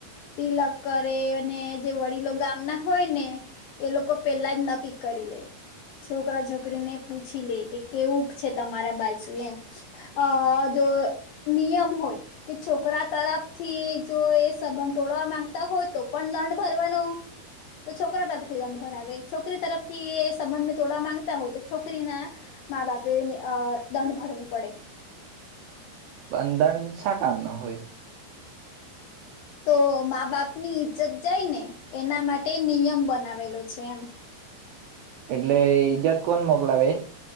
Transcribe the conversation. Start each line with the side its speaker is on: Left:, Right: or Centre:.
Left: તિલક કરે અને જે વડીલો ગામના હોય ને એ લોકો પેલા જ નક્કી કરી લે છોકરા છોકરીને પૂછી લે કે કેવું. છે તમારા બાજુ એમ અ જો નિયમ હોય કે છોકરા તરફથી જો એ સંબંધ તોડવા માંગતા હોય તો પણ દંડ ભરવાનો તો છોકરા તરફથી દંડ ભરાવે છોકરી તરફથી એ સંબંધ તોડવા માંગતા હોય તો છોકરી ના મા બાપ. અ દંડ ભરવું પડે.
Right: પણ દંડ શા કામ નો. હોય.
Left: તો મા બાપ ની ઈજ્જત જાય ને. એના માટે નિયમ બનાવેલો છે. પછી એમ.
Right: એટલે ઈજત કોણ મોકલાવે